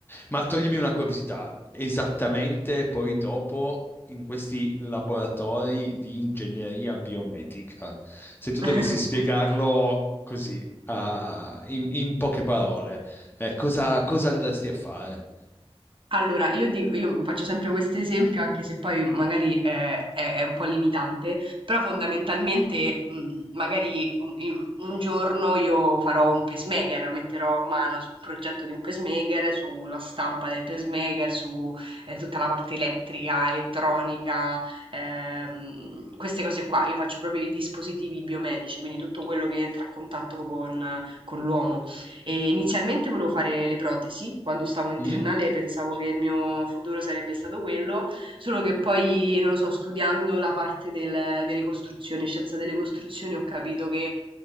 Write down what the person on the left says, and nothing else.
Ma toglimi una curiosità, esattamente poi dopo in questi laboratori di ingegneria biomedica, se tu
dovessi spiegarlo così, a- in, in poche parole, eh, cosa, cosa andresti a fare?
Mm?